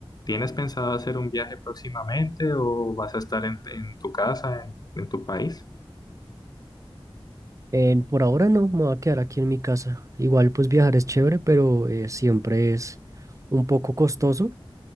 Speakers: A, on the left; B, on the right.
A: ¿tienes pensado hacer un viaje próximamente o vas a estar en, en tu casa, en, en tu país?
B: Eh, por ahora no, me voy a quedar aquí en mi casa. Igual pues viajar es chévere, pero eh, siempre es un poco costoso,